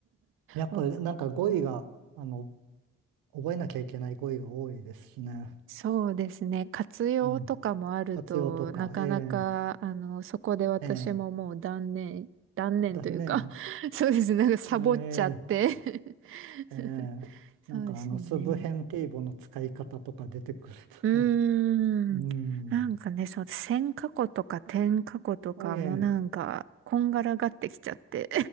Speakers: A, on the right; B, on the right.
A: やっぱりなんか語彙が、
B: わ
A: あの、覚えなきゃいけない語彙が多いですしね。
B: そうですね。活用とかもあると、
A: うん。活用とか、
B: なかなか、
A: え
B: あの、そこで私ももう断念、
A: えええ
B: 断念というか
A: だね、
B: <laughs> そうですね。なんかサボっちゃって
A: ええ
B: <laughs>
A: ええなんかあの、
B: そうですね。
A: スブヘンティーボの使い方とか出てくると。
B: うーん。
A: <laughs> うん。
B: なんかね、そう、線過去とか点過去とかもなんか、
A: はい、ええ
B: こんがらがってきちゃって